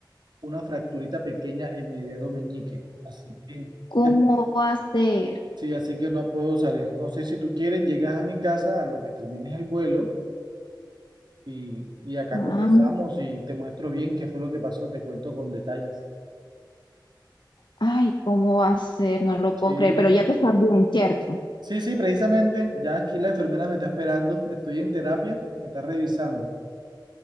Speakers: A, on the right (about 65°); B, on the left (about 70°).
A: una fracturita pequeña en mi dedo meñique. Así que,
B: ¿Cómo
A: eh,
B: va a ser?
A: sí, así que no puedo salir. No sé si tú quieres, llegas a mi casa a lo que termines el vuelo y, y acá
B: Ah,
A: conversamos y te muestro bien qué fue lo que pasó, te cuento con detalles.
B: ay, ¿cómo va a ser? No lo puedo
A: Sí,
B: creer, pero ya tú estás bien, ¿cierto?
A: sí, sí, precisamente. Ya aquí la enfermera me está esperando, estoy en terapia, me está revisando.